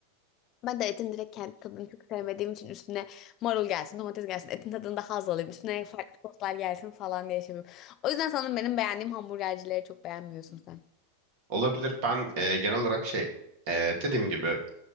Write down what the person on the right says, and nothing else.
Olabilir ben e, genel olarak şey e, dediğim gibi